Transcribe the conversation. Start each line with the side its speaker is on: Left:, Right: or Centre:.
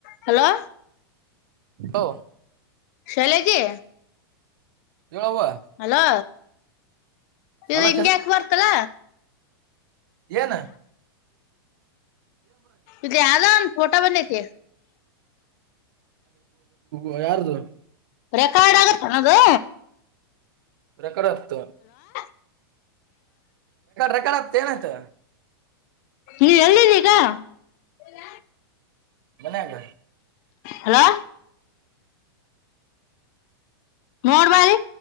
Left: ಹಲೋ
Right: ಹ
Left: ಶಲೆಗೆ
Right: ಹೇಳವ್ವ
Left: ಅಲೋ ಇವು
Right: ಅಲ್ಲ
Left: ಹಿಂಗಗೆ ಯಾಕ್ ಬರ್ತಲ್ಲ
Right: ನು
Left: ಇೆ ಆದಲನ್ ಫೋಟಾ ಬನೆತ
Right: ಹ ಯಾರದುು
Left: ರೆಕಾರ್ಡ್ ಆಗತ್ತ ನದು
Right: ರಕಗ್ತ
Left: ಹ
Right: ರೆಕಾರ್ಡ್ ಆತ್ ಏನಾಯ್ತ
Left: ನೀ ಎಲ್ಲಿದ್ದೀಗ ಎಲ್ಲ
Right: ಮನಾಗ
Left: ಹಲೋ ಮೋಡ್ ಬಾರಿ